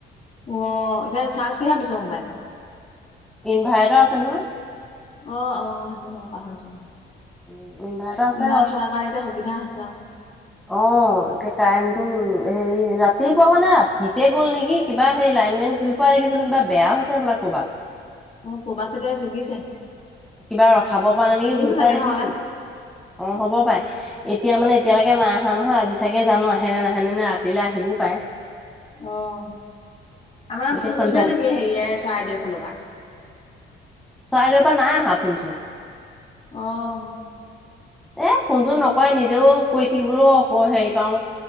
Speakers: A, on the left; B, in the centre.
A: অ এতিয়া চাৰ্জ কিহত দিছ মোবাইল?
B: ইনভাৰেৰ্টৰ আছে নহয়।
A: অ অ সেইটো মই পাহৰিছো। ইনভাৰ্টাৰ
B: উ আছে
A: থকাৰ কাৰণে এতিয়া সুবিধা হৈছে আও।
B: অঁ এতিয়া কাৰেণ্টটো হেৰি ৰাতিপুৱা মানে ৰাতিতে গ'ল নেকি কিবা হেৰি লাইন মেন ঘূৰি ফুৰা দেখিছিলোঁ কিবা বেয়া হৈছে হবলা ক'ৰবাত।
A: অঁ কৰবাত চাগে চিঙিছে।
B: কিবা ৰখাব পৰা নাই নেকি, ঘূৰি
A: চাগে
B: ফুৰা দেখিছিলো
A: নহলে
B: অ
A: উম
B: হ'ব পাই। এতিয়া মানে এতিয়ালেকে নাই আহা নহয়, আজি চাগে জানো আহেনে নাহেনে নে ৰাতিলে আহিবও পাৰে।
A: অঁ, আমাৰ
B: এতিয়া
A: ফোন
B: সন্ধিয়া
A: কৰিছিলে নেকি হেৰিয় চৰাইদেউ ফালৰ পৰা?
B: চৰাইদউৰ পৰা নাই আহা ফোন চোন।
A: অঁ।
B: এ ফোন চোন নকৰে নিজেও কৰি থাকিবলৈও আকৌ হেৰি পাওঁ।